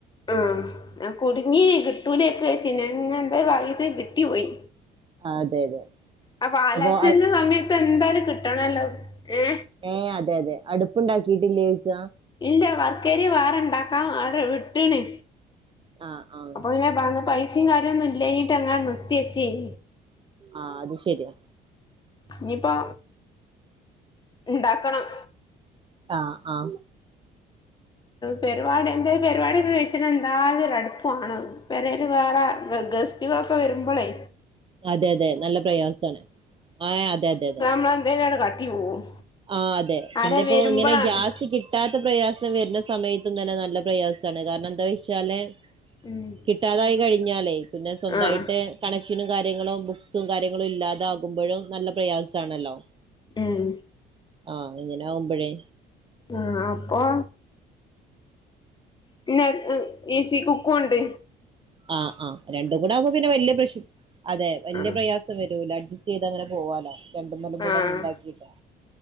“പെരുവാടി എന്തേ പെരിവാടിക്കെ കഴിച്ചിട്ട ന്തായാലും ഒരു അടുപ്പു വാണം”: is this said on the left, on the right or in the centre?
Left